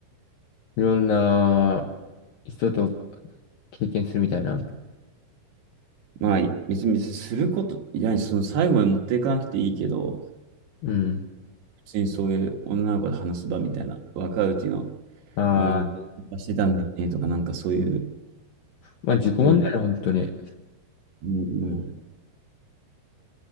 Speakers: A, on the left; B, on the right.
A: いろんな人と経験するみたいな。
B: まあ、別に、別にすること、いや、その最後まで持っていかなくていいけど、
A: うん。
B: 普通にそういう女の子と話す場みたいな、若いうちの、
A: ああ、
B: いや、俺もしてたんだよね、とか、なんかそういう、
A: まあ自己問題だよね、
B: そう
A: 本当に。
B: うん、うん